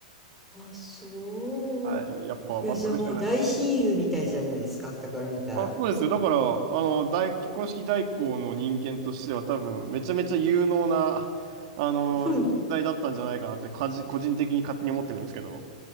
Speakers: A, in the centre; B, on the right.
A: あ、そう。
B: はい。やっぱ全く知らない。
A: いや、じゃあもう大親友みたいじゃないですか、傍から見たら。
B: あ、そうですよ。だから、あの、大、結婚式代行の人間としては多分めちゃめちゃ有能な、あの、
A: うん、
B: 人材だったんじゃないかなって、
A: <laughs>
B: かじ個人的に勝手に思ってるんですけど。